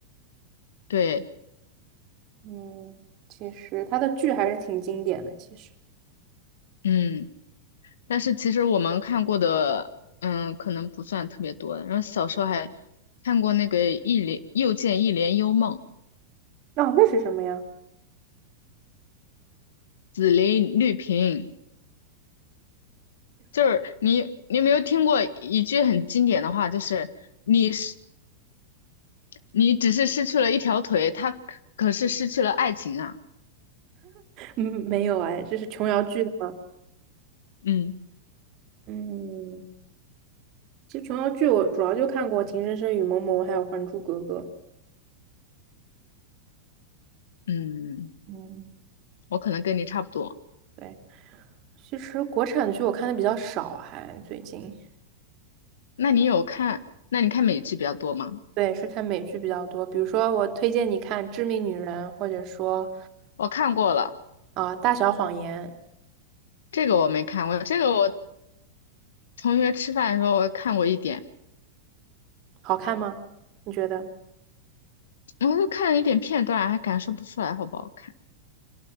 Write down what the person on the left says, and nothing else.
对，
嗯。但是其实我们看过的，嗯，可能不算特别多。然后小时候还看过那个一帘又见一帘幽梦，
紫菱绿萍，就是你你有没有听过一句很经典的话，就是你是你只是失去了一条腿，他可可是失去了爱情啊。
嗯
嗯，
我可能跟你差不多。
那你有看？那你看美剧比较多吗？
我看过了，
这个我没看过，这个我同学吃饭的时候我看过一点。
我就看了一点片段，还感受不出来好不好看。